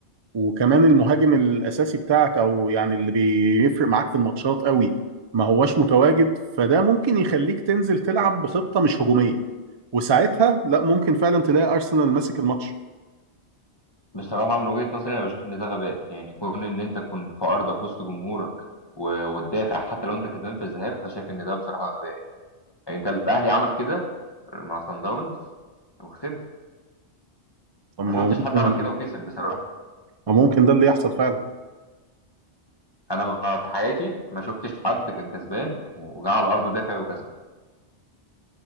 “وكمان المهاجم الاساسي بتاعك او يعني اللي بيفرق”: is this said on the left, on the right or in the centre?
Right